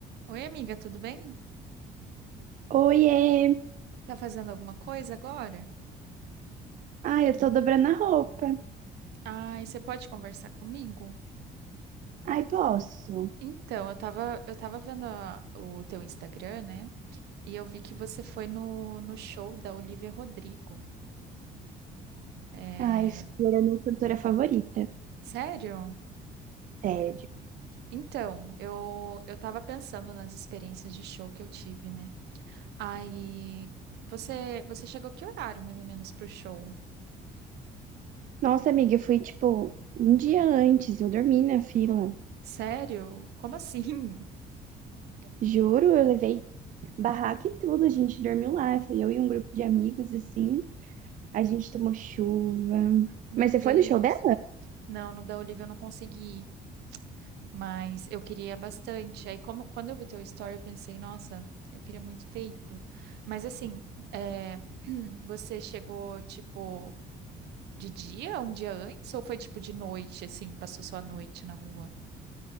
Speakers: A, on the right; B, on the right.
A: Oi, amiga, tudo bem?
B: Oiê!
A: Tá fazendo alguma coisa agora?
B: Ai, eu tô dobrando a roupa.
A: Ai, você pode conversar comigo?
B: Ai, posso?
A: Então, eu tava, eu tava vendo a- o teu Instagram, né? E eu vi que você foi no, no show da Olivia Rodrigo. É...
B: Ai, Flor é minha cantora favorita.
A: Sério?
B: Sério.
A: Então, eu, eu tava pensando nas experiências de show que eu tive, né? Aí, você, você chegou que horário, mais ou menos, pro show?
B: Nossa, amiga, eu fui tipo um dia antes, eu dormi na fila.
A: Sério? Como assim?
B: Juro, eu levei barraca e tudo, a gente dormiu lá. Fui eu e um grupo de amigos, assim. A gente tomou chuva.
A: <laughs> Meu
B: Mas você
A: Deus.
B: foi no show dela?
A: Não, no da Olivia eu não consegui ir. Mas eu queria bastante. Aí, como, quando eu vi teu story, eu pensei, nossa, eu queria muito ter ido. Mas assim, é, <clears throat> você chegou, tipo, de dia, um dia antes, ou foi tipo de noite, assim, passou só a noite na rua?